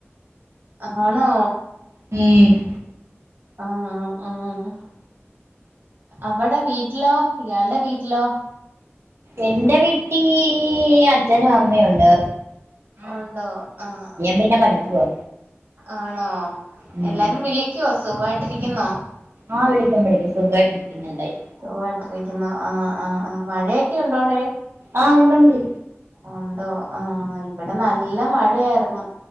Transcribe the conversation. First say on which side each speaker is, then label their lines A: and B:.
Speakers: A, on the right (about 50°); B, on the right (about 65°).
A: ആണോ.
B: ഉം
A: ആഹ് ആഹ് അവടെ വീട്ടിലോ? ഇയാൾടെ വീട്ട്ലോ?
B: എൻ്റെ വിട്ടീ,, അച്ഛനും അമ്മയും ഉണ്ട്.
A: ഉണ്ടോ ആഹ് ആഹ്
B: പിന്നെ പഠിക്കുവാ
A: ആണോ
B: ഉം
A: എല്ലാരും വിളി ക്യോ. സുഖായിട്ടിരിക്കുന്നോ?
B: ആഹ് വിളിക്കും വിളിക്കും. സുഖായിട്ടിരിക്കുന്ന് ണ്ടായി.
A: സുഖായിട്ടിരിക്കുന്നോ? ആഹ് ആഹ് ആഹ് മഴയൊക്കെ ഉണ്ടോ ടെ.
B: ആഹ് ഉണ്ട് ണ്ട്.
A: ഉണ്ടോ. ആഹ് ഇവിടെ നല്ല മഴെയിര്ന്ന്.